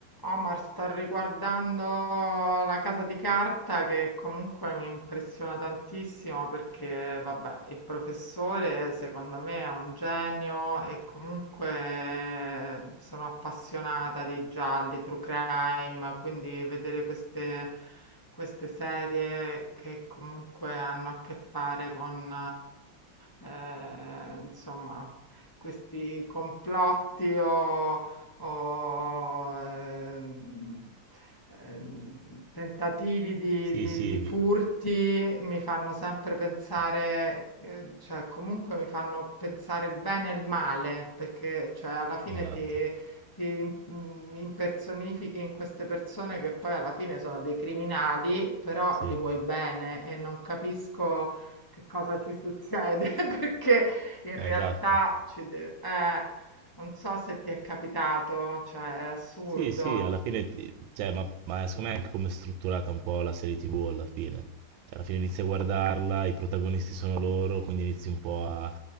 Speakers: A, on the left; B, on the right.
A: Omar, sto riguardando La Casa di Carta che comunque mi impressiona tantissimo perché, vabbè, il professore secondo me è un genio e comunque eh, sono appassionata dei gialli, true crime, quindi vedere queste, queste serie che comunque hanno a che fare con, eh, eh, insomma, questi complotti o ho, ehm, ehm, tentativi di,
B: Sì,
A: di-
B: sì,
A: di
B: di-
A: furti mi fanno sempre pensare, eh, cioè comunque mi fanno pensare il bene e il male, perché cioè, alla fine
B: esatto,
A: ti, ti mm, impersonifichi in queste persone che poi alla fine sono dei criminali, però
B: sì,
A: gli vuoi bene e non capisco che cosa ci succede, <laughs> perché in
B: eh,
A: realtà
B: esatto.
A: ci deve... eh, non so se ti è capitato, cioè è assurdo.
B: Sì, sì, alla fine, ti- cioè, ma, ma secondo me è anche come è strutturata un po' la serie TV alla fine. Cioè, alla fine inizi a guardarla, i protagonisti sono loro, quindi inizi un po' a,